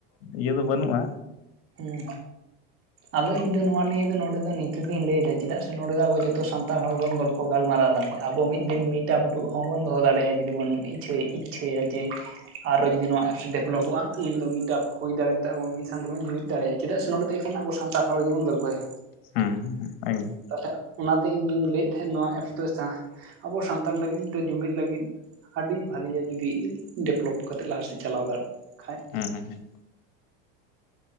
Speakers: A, on the left; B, on the right.
A: ᱤᱭᱟᱹ ᱫᱚ ᱵᱟᱹᱱᱩᱜᱼᱟ
B: ᱦᱮᱸ ᱟᱫᱚ ᱤᱧ ᱫᱚ ᱱᱚᱣᱟ ᱱᱤᱭᱟᱹ ᱫᱚ ᱱᱚᱰᱮ ᱫᱚ ᱱᱤᱝᱠᱟᱹᱜᱤᱧ ᱞᱟᱹᱭ ᱮᱫᱟ ᱪᱮᱫᱟᱜ ᱥᱮ ᱱᱚᱰᱮ ᱫᱚ ᱟᱵᱚ ᱡᱚᱛᱚ ᱥᱟᱱ ᱛᱟᱲ ᱦᱚᱲ ᱵᱚᱱ ᱜᱚᱞᱯᱷᱚ ᱜᱟᱞᱢᱟᱨᱟᱣ ᱫᱟᱲᱮᱭᱟᱜᱼᱟ ᱟᱵᱚ ᱢᱤᱫ ᱫᱤᱱ ᱢᱤᱫᱴᱟ ᱦᱚᱸᱵᱚᱱ ᱫᱚᱦᱚ ᱫᱟᱲᱮᱭᱟᱜᱼᱟ ᱡᱩᱫᱤ ᱵᱚᱱ ᱪᱟᱹᱭ ᱤᱪᱪᱷᱟᱹᱭᱟ ᱡᱮ, ᱟᱨᱚ ᱡᱩᱫᱤ ᱱᱚᱣᱟ ᱮᱯᱥ ᱰᱮᱵᱽᱞᱚᱯᱚᱜᱼᱟ ᱩᱱᱫᱚ ᱢᱤᱫᱴᱟᱯ ᱦᱩᱭ ᱫᱟᱲᱮ ᱠᱟᱛᱮᱵᱚ ᱢᱤᱫ ᱥᱟᱶ ᱛᱟᱵᱚᱱ ᱡᱩᱢᱤᱫ ᱫᱟᱲᱮᱭᱟᱜᱼᱟ ᱪᱮᱫᱟᱜ ᱥᱮ ᱱᱚᱸᱰᱮ ᱫᱚ ᱮᱠᱷᱟᱱ ᱟᱵᱚ ᱥᱟᱱᱛᱟᱲ ᱦᱚᱲ ᱜᱮᱵᱚᱱ ᱜᱚᱞᱯᱷᱚᱭᱟ
A: ᱦᱮᱸ ᱦᱮᱸ ᱦᱮᱸ ᱮᱠᱫᱚᱢ
B: ᱛᱟᱦᱚᱞᱮ ᱚᱱᱟᱛᱮ ᱤᱧ ᱫᱚᱧ ᱞᱟᱹᱭᱮᱫ ᱛᱟᱦᱮᱸᱫ ᱱᱚᱣᱟ ᱮᱯᱥ ᱫᱚ ᱡᱟᱦᱟᱸ ᱟᱵᱚ ᱥᱟᱱᱛᱟᱲ ᱞᱟᱹᱜᱤᱫ ᱫᱚ ᱡᱩᱢᱤᱫ ᱞᱟᱹᱜᱤᱫ ᱟᱹᱰᱤ ᱵᱷᱟᱹᱞᱤᱭᱟ ᱡᱩᱫᱤ ᱰᱮᱵᱷᱞᱚᱯ ᱠᱟᱛᱮᱫ ᱞᱟᱦᱟ ᱥᱮᱫ ᱪᱟᱞᱟᱣ ᱫᱟᱲᱮᱜ ᱠᱷᱟᱱᱡ
A: ᱦᱮᱸ ᱦᱮᱸ ᱦᱮᱸ